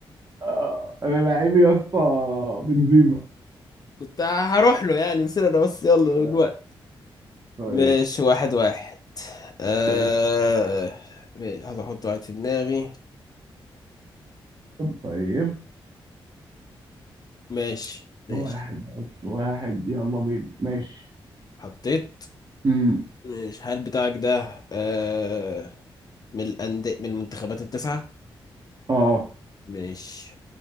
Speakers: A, on the right (about 40°); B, on the left (about 40°).
A: آه، انا لعيبي يا اسطى بنزيما
B: كنت هروح له يعني بس انا بس يلا
A: آه،
B: الوقت
A: طيب
B: ماشي واحد واحد آه...
A: طيب
B: ماشي، هذا احط واحد في دماغي
A: طيب
B: ماشي ماشي
A: واحد حط واحد يلا بينا ماشي
B: حطيت
A: امم
B: ماشي هل بتاعك ده آه... من الأندية من المنتخبات التسعة
A: اه
B: ماشي